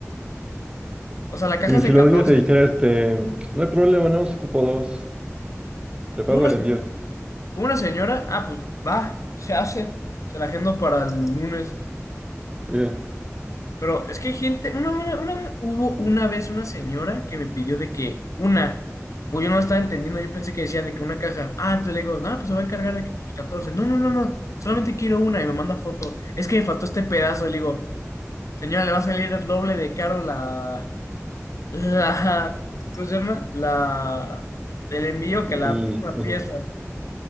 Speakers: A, on the left; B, on the right.
A: O sea, la caja
B: Y
A: es de
B: si los
A: catorce
B: niños te dijera, este, no hay problema, no os ocupo dos, te pago
A: Una
B: el envío.
A: Una señora, ah, pues va, se hace, se la agendo para el lunes.
B: Bien.
A: Pero es que hay gente, una, una- una vez- hubo una vez una señora que me pidió de que una, pues yo no la estaba entendiendo, yo pensé que decía de que una caja, ah, entonces le digo, ah, pues se va a encargar de que pues 14 no, no, no, no, solamente quiero una y me manda foto, es que me faltó este pedazo y le digo, señora, le va a salir el doble de caro la, la, ¿cómo se llama? La, el envío que la
B: L-
A: misma
B: ajá,
A: pieza.